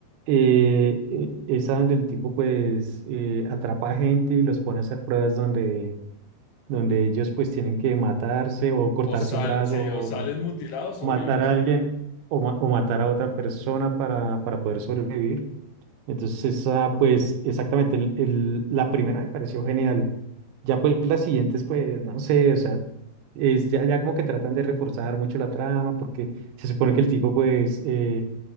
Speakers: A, on the right; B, on the left.
A: eh, eh, esa donde el tipo pues eh, atrapa a gente y los pone a hacer pruebas donde donde ellos pues tienen que matarse o cortarse
B: O, sal,
A: un brazo
B: sí,
A: o
B: o salen mutilados
A: matar
B: o vivos.
A: a alguien o, ma- o matar a otra persona para, para poder sobrevivir. Entonces esa pues exactamente el- el- la primera me pareció genial. Ya pues las siguientes pues no sé, o sea, es ya, ya como que tratan de reforzar mucho la trama porque se supone que el tipo pues eh,